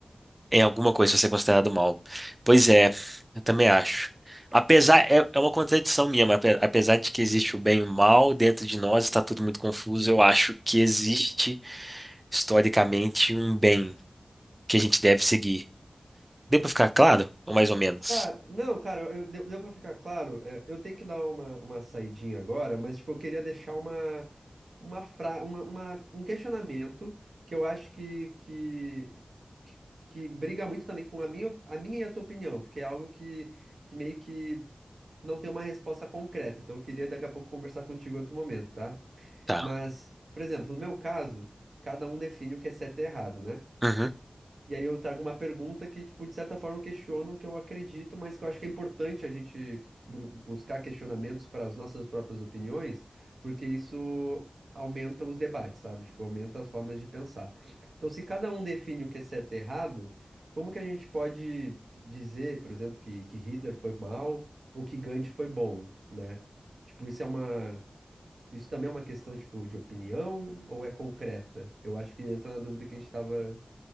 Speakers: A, on the right (about 25°); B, on the right (about 85°).
A: em alguma coisa vai ser considerado mal. Pois é, eu também acho. Apesar, é, é uma contradição minha, mas ape- apesar de que existe o bem e o mal dentro de nós, está tudo muito confuso, eu acho que existe historicamente um bem que a gente deve seguir. Deu para ficar claro? Ou mais ou menos?
B: Cara, não, cara, eu, eu- deu, deu pra ficar claro, é, eu tenho que dar uma, uma saidinha agora, mas, tipo, eu queria deixar uma, uma, fra, uma, uma- um questionamento que eu acho que, que, que briga muito também com a minha, a minha e a tua opinião, porque é algo que, que meio que não tem uma resposta concreta, então eu queria daqui a pouco conversar contigo em outro momento, tá?
A: Tá.
B: Mas, por exemplo, no meu caso, cada um define o que é certo e errado, né?
A: Uhum.
B: E aí eu trago uma pergunta que, tipo, de certa forma questiona o que eu acredito, mas que eu acho que é importante a gente bru- buscar questionamentos para as nossas próprias opiniões, porque isso aumenta os debates, sabe? Tipo, aumenta as formas de pensar. Então, se cada um define o que é certo e errado, como que a gente pode dizer, por exemplo, que, que Hitler foi mal ou que Gandhi foi bom, né? Tipo, isso é uma... Isso também é uma questão, tipo, de opinião ou é concreta? Eu acho que entra na dúvida que a gente estava